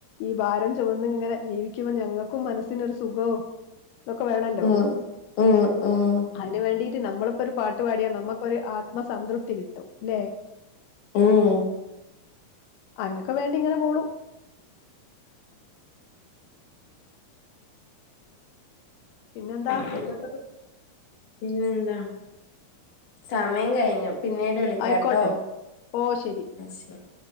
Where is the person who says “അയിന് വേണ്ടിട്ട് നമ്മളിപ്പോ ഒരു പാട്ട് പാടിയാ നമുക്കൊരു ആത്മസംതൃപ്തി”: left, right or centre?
Left